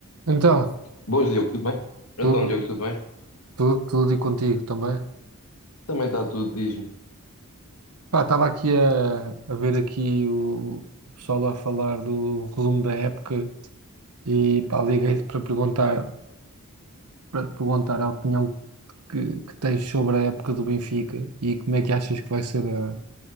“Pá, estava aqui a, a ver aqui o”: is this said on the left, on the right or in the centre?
Right